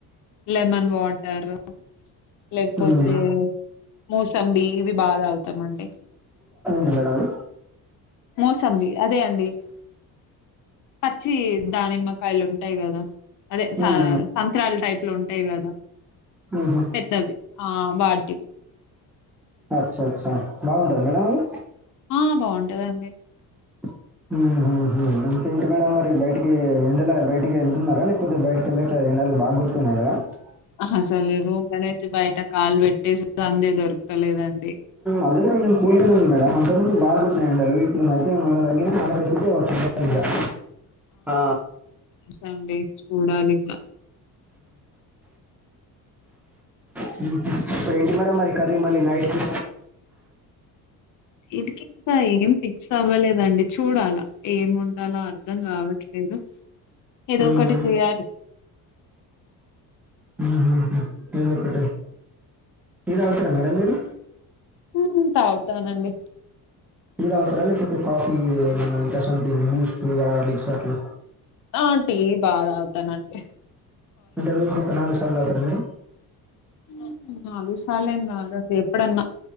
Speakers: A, on the left (about 50°); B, in the centre.
A: లెమన్ వాటర్ రారూ లేకపోతే
B: హ్మ్.
A: మూసంబి ఇవి బాధ అవుతామండి
B: ఎడారు
A: మోసంబి అదే అండి పచ్ చ్చి దానిమ్మకాయలు ఉంటాయి కదా అదే
B: హ్మ్.
A: స సంత్రాాల్ టైప్ లో ఉంటాయి కదా
B: హుహు.
A: పెద్దవి ఆ వాటి
B: అచ్చ అచ్చా బాగుంటదా మేడం అది
A: ఆ బాగుంటదండి
B: ఉ ఉ
A: అసలు రూమ్ల నుంచి బయటక్ కాల్ పెట్టేసే సందే దొరుకతలేదన్
B: అదేం లేదు కూల్గానే ఉంది మేడం అంతముందు బాగుంటున్నాయి ఎండలు. ఇప్పుడు అయితే మళ్ళ తగ్గింది. మళ్ళ పెరిగితాయి కావచ్చు. ఆ
A: సండేస్ చూడాలి. ఇంగ
B: హు హుమ్ ఇప్పుడు ఏంటి మేడం మరి కర్రీ మళ్ళీ నైట్ కి
A: ఇడి కి ఇంకా ఏం ఫిక్స్ అవ్వలేదండి. చూడాలా ఏం వండాల అర్ధం కావట్లేదు. ఏదో
B: హ్మ్.
A: ఒకటి చేయాలి.
B: హు హ్మ్ ఏదో పెట్టేయి టీ తాగుతరా మేడం మీరు.
A: హ్మ్. తాగుతానండి.
B: తాగుతారా? లేకపోతే టీ, కాఫీ ఏ మన డికాషన్ డింగ్, బూస్ట్ హార్లిక్స్ అట్లా
A: ఆ టీ బాగా తాగుతా నండి
B: అంటే రోజు కి ఒక నాలుగు సార్లు తాగుతారా మేడం.
A: ఉ ఉ నాలుగు సాలెం కాదు అండి ఎ ప్ ప్పుడన్నా